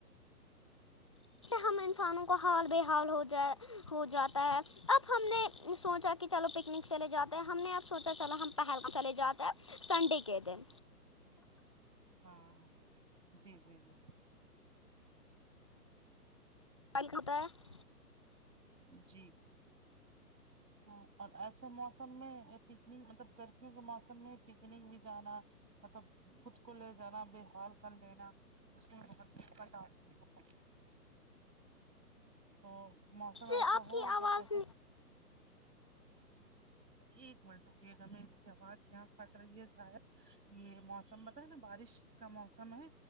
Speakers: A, on the left; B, on the right.
A: ہم انسانوں کا حال بے حال ہو جائے ہو جاتا ہے اب ہم نے سوںچا کہ چلو پکنک چلے جاتے ہے ہم نے اب سوںچا چلو ہم پہل چلے جاتے ہیں اب سنڈے کے دن
B: ہاں جی جی جی
A: <unintelligible>
B: جی ہاں اور ایسے موسم میں پکنک مطلب گرمیوں کے موسم میں پکنک بھی جانا مطلب خود کو لے جانا بے حال کر لینا اس میں بہت دککت آتی ہے تو موسم
A: جی
B: ایسا
A: آپ
B: ہو
A: کی آواز
B: جب جیسے ایک منٹ رکیے گا میری آواز یہاں پھٹ رہی ہے شا ہد یہ موسم بتا ہے نا بارش کا موسم ہے